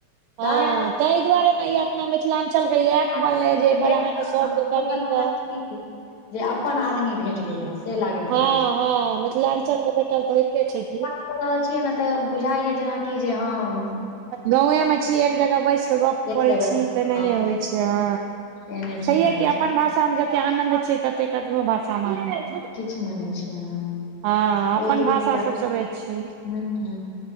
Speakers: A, on the right; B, on the left.
A: हँ
B: तैं
A: ताहि दुआारे, ई अपना मिथिलाञ्चल के ई
B: मिथिलाके
A: ऐप बनलै
B: लोक
A: जे सब गोटे
B: भेट
A: अहाँके सब गोटा
B: ओकरा
A: मिल
B: लागत
A: कऽ
B: कि जे अपन आदमी भेट गेल हँ से लागैत
A: हँ
B: रहै छै
A: हँ मिथिलाञ्चल के बा तऽ होइते छै की
B: क रहल छियै ने तऽ बुझाइया जेनाकि जे हम
A: गाँवे मे छिय एक जगह बैस कर
B: एक जगह
A: छी तऽ नहि
B: हँ
A: होइ छै ह
B: एहने सन
A: छै
B: लागै
A: अपन भाषा भाषा में जे आनन्द छ छै तत ककरो भाषामै नहीं आनन्द,
B: किछु मानै छै अ
A: हँ अपन
B: ओहि दुआरे
A: भाषा सबसँ बेस छै
B: ह ह